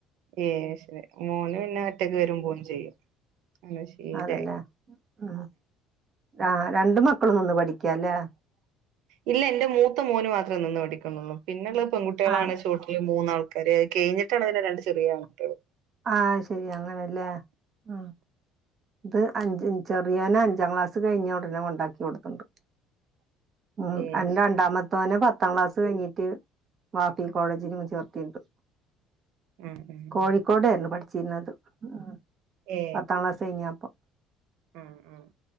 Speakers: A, on the right (about 80°); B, on the right (about 40°).
A: ഏ ശരി മോന് പിന്നെ ഒറ്റക്ക് വരുമ്പോരും ചെയ്യും ശീലായി
B: അതെല്ലേ ഉം ആ രണ്ട് മക്കളും നിന്ന് പഠിക്കാല്ലേ
A: ഇല്ല എന്റെ മൂത്ത മോന് മാത്ര നിന്ന് പഠിക്കുന്നുള്ളൂ പിന്നെള്ളത് പെൺകുട്ടിള്ളണ്
B: ആ
A: ചുട്ടില് മൂന്നാൾക്കാര് കഴിഞ്ഞിട്ടാണ് അതിന്റെ രണ്ട് ചെറിയ ആൾക്കാര്
B: ആ ശരിയാ അങ്ങനെല്ലേ ഉം ഇത് അഞ്ച് ചെറു അനിയാന അഞ്ചാം ക്ലാസ് കഴിഞ്ഞുടനെ കൊണ്ടാക്കി കൊടുത്തുണ്ട് ഉം
A: ഏ
B: അന്നാ
A: ശരി
B: രണ്ടാമത്തവനെ പത്താം ക്ലാസ് കഴിഞ്ഞിട്ട് വാ ട്ടി കോളേജിനു ചേർത്തിരുന്നു
A: ഉം ഉം
B: കോഴിക്കോടായിരുന്നു
A: ഉം
B: പഠി ചിനത് ഉം
A: ഏ
B: പത്താം ക്ലാസ് കഴിഞ്ഞപ്പം
A: ഉം ഉം